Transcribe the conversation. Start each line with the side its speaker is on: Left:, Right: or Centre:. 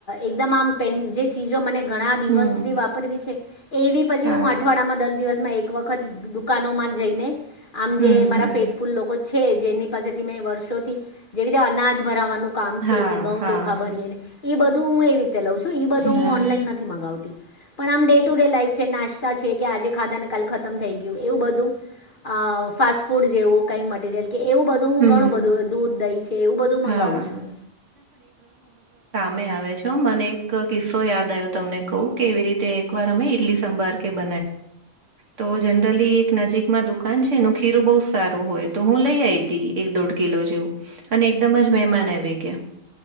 Left: એકદમ આમ પેન જે ચીજો મને ઘણા દિવસ
Right: હમ,
Left: સુધી વાપરવી છે એવી પછી
Right: હા,
Left: હું અઠવાડિયામાં દસ દિવસમાં એક વખત દુકાનોમાં જઈને આમ
Right: હમ,
Left: જે મારા
Right: હમ.
Left: ફેથફૂલ લોકો છે જેની પાસેથી મેં વર્ષોથી જેવી રીતે અનાજ ભરાવવાનું કામ
Right: હા,
Left: છે કે ઘઉં
Right: હા,
Left: ચોખા ભરીએ ને એ બધું હું એ ર લઉ છું. બધું
Right: ના.
Left: ઓનલાઈન નથી મગાવતી. પણ આમ ડે ટુ ડે લાઈફ છે નાસ્તા છે કે આજે ખાધા ક ખતમ થઈ ગયું એવું બધું અ ફાસ્ટ ફૂડ જેવું કઈ મટીરિયલ. કે એવું બધું હું
Right: હમ્મ,
Left: ઘણું બધું દૂધ દઈ છે, એવું બધું
Right: હા.
Left: મંગાવું છું.
Right: મે આવેો મને એક કિસ્સો યાદ આવ્યો તમને કહું કે, એવી રીતે એક વાર અમે ઇડલી સંભાર કે બ. તો જનરલી એક નજીકમાં દુકાન છે એનું ખીરું બહુ સારું હોય, તો હું લઈ આવીઈ. એક દોઢ કિલો જેવું અને એકદમ જ મહેમાન આવી ગયા.